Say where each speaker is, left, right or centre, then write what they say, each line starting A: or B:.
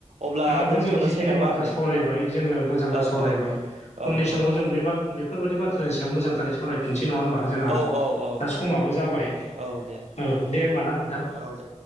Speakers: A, on the right; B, on the left.
A: अब्ला
B: दा नोंथां
A: दोनथ'नोसै
B: जों जिखिनि
A: नामा
B: बाथ्रा
A: आदै?
B: सावरायबाय जोङो मोजांथार
A: औ
B: सावरायबाय
A: औ औ
B: उननि समाव
A: औ
B: जों बे बेफोरबादि बाथ्रानि सायाव मोजांथारै स सावरायफिनसै नङा होमबा जोंहा
A: औ औ औ
B: दा समाबो
A: औ
B: जाबाय
A: औ दे
B: औ दे होमबा ना नोंथां।
A: औ औ दे